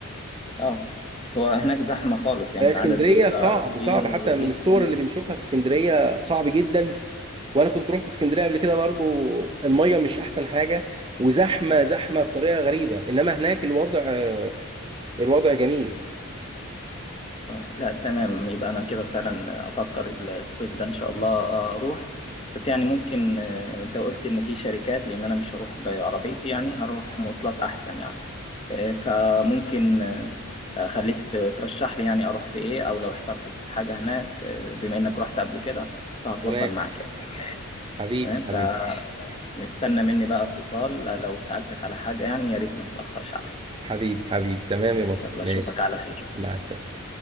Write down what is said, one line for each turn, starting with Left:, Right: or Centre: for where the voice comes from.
Left: اه هو هناك زحمة خالص يعني
Right: آه، اسكندريه
Left: العدد بيبقى
Right: صعب
Left: كبير
Right: صعب حتى
Left: جدا
Right: من الصور اللي بنشوفها في اسكندريه صعب جدا وانا كنت رحت اسكندريه قبل كده برضو الميه مش احسن حاجه وزحمه زحمه بطريقه غريبه انما هناك الوضع آه، الوضع جميل
Left: اه لا تمام يبقى انا كده فعلا افكر الصيف ده ان شاء الله آه، اروح بس يعني ممكن آه، انت قلت ان في شركات لان انا مش هروح بعربيتي يعني هروح مواصلات احسن يعني آه، فممكن آه، اخليك ت- ترشح لي يعني اروح في ايه او لو احترت في حاجة هناك آه، بما انك رحت قبل كده فهتواصل
Right: تمام
Left: معك يعني
Right: حبيبي
Left: تمام ف
Right: حبيبي
Left: مستنى مني بقى اتصال لو سألتك على حاجة يعني يا ريت ما تتأخرش عليا
Right: حبيبي حبيبي تمام يا بطل
Left: يلا
Right: ماشي
Left: أشوفك على خير
Right: مع السلامه